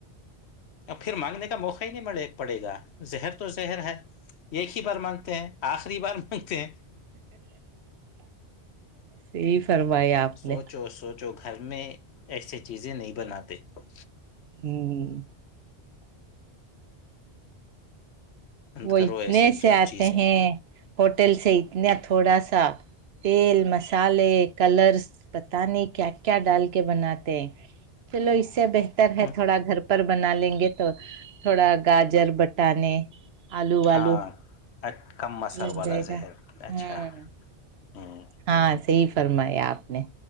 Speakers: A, on the left; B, on the right.
A: اب پھر مانگنے کا موقع ہی نہیں ملے پڑے گا زہر تو زہر ہے ایک ہی بار مانگتے ہیں آخری بار مانگتے ہیں
B: صی کروایا آپ نے
A: سوچو سوچو گھر میں ایسے چیزیں نہیں بناتے ہوں
B: ہ وہ
A: کرو
B: اتنے
A: ایسے سب
B: سے آتے
A: چیزیں
B: ہیں ہوٹل سے اتنا تھوڑا سا تیل مسالے کلرس پت نہیں کیا کیا ڈال کے بناتے ہیں چلوسب رہے
A: ہوں،
B: تھوڑا گھر پر بنا لیں گے تو تھوڑا گاجر بٹانے آلو والو
A: ہاں ا کم مثر
B: لگ
A: والا
B: جائے
A: زہر
B: گا
A: اچھا
B: ہوں
A: ہوں
B: ہاں صحی فرمایا آپ نے